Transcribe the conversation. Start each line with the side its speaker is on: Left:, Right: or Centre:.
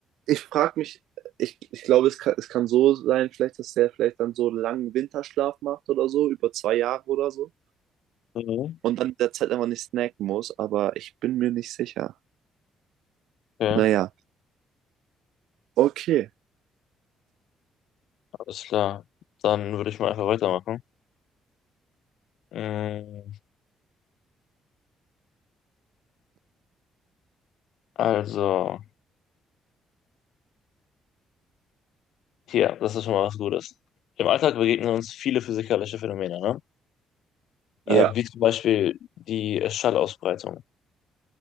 Right: ich frage mich, ich, ich glaube, es kann, es kann so sein, vielleicht, dass der vielleicht dann so einen langen Winterschlaf macht oder so, über zwei Jahre oder so.
Left: Mhm,
Right: Und dann in der Zeit einfach nicht snacken muss, aber ich bin mir nicht sicher.
Left: okay,
Right: Naja, okay.
Left: alles klar. Dann würde ich mal einfach weitermachen. Mm, Also, hier, das ist schon mal was Gutes. Im Alltag begegnen uns viele physikalische Phänomene, ne? Äh,
Right: Ja,
Left: wie zum Beispiel die Schallausbreitung.